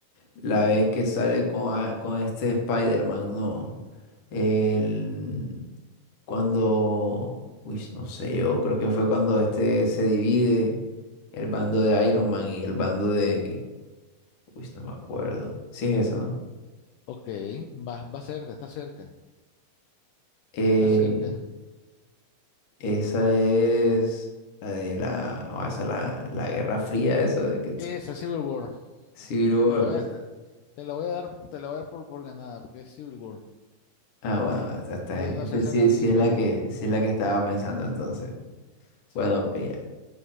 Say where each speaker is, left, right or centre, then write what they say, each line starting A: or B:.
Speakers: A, on the left; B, on the left.
A: la vez que sale con, a- con este Spider-Man, ¿no? El. Cuando, uy, no sé, yo creo que fue cuando este se divide el bando de Iron Man y el bando de, uy, no me acuerdo. Sí es esa, ¿no?
B: ok, va, va cerca, está cerca,
A: Eh,
B: está cerca.
A: esa es la de la, o sea, la, la Guerra Fría, eso de que
B: Esa, Civil War,
A: Civil War.
B: te la voy
A: es-
B: a, te, te la voy a dar, te la voy a dar por, por ganada, porque es Civil War.
A: Ah, bueno, esta, esta
B: Es
A: es-
B: donde
A: esta
B: se hacen
A: sí,
B: las
A: sí
B: divisiones.
A: es la que, sí es la que estaba pensando entonces.
B: Sí.
A: Bueno, pilla.